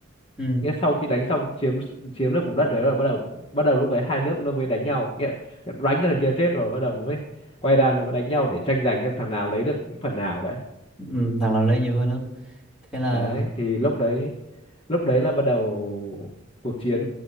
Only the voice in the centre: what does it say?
ừ,
ừ, thằng nào lấy nhiều hơn đâu thế là